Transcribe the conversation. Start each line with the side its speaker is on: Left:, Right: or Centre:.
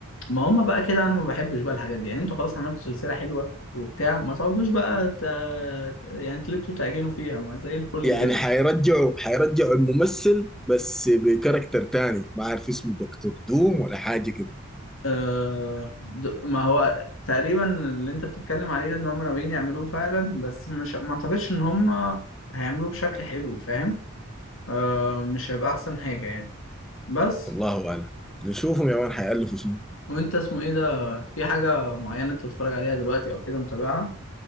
Left: ما هم بقى كده انا ما بحبش بقى الحاجات دي يعني انتوا خلاص عملتوا سلسله حلوه وبتاع ما تقعدوش بقى ت... يعني تلتوا تعجنوا فيها ما زي الفل
Centre: يعني
Left: كده
Centre: حيرجعوا حيرجعوا الممثل بس بكاركتر تاني ما عارف اسمه دكتور دوم ولا حاجة كده
Left: آه، د- ما هو تقريبا اللي انت بتتكلم عليه ده ان هم ناويين يعملوه فعلا بس مش ما اعتقدش ان هم هيعملوه بشكل حلو فاهم آه، مش هيبقى احسن حاجة يعني بس
Centre: الله أعلم نشوفهم يا مان حيألفوا شنو
Left: وانت اسمه ايه ده في حاجة معينة انت بتتفرج عليها دلوقتي او كده متابعها